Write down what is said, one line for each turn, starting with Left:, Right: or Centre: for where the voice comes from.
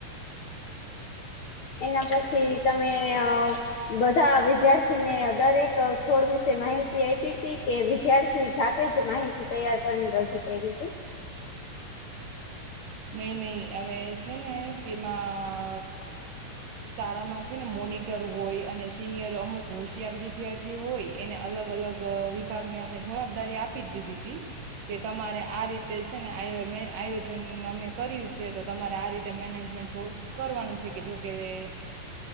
Left: એના પછી તમે અ બધા વિદ્યાર્થીને દરેક છોડ વિશે માહિતી આપી હતી કે વિદ્યાર્થી જાતે જ માહિતી તૈયાર કરીને રજૂ કરીદે હતીી
Right: નઈ નહી હવે છે ને તેમાં શાળામાં છે ને મોનિટર હોય અને સિનિયર અમુક હોશિયાર વિદ્યાર્થીઓ હોય એને અલગ અલગ વિભાગને અમે જવાબદારી આપી જ દીધી હતી કે તમારે આ રીતે છે ને આ મે આયોજન નામે કરયુ છે તો તમારે આ રીતે મેનેજમેન્ટ થોડું કરવાનું છે કે જોકે અ